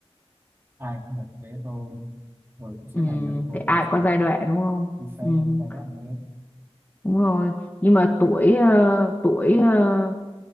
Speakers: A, on the right; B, on the left.
A: ai cũng phải thế thôi rồi cũng sẽ
B: Ừm,
A: làm được thôi
B: thì ai
A: không sao
B: cũng có giai đoạn đúng không?
A: mình sẽ
B: Ừm,
A: làm cái bài đó này
B: đúng rồi. Nhưng mà tuổi ờ, tuổi ờ,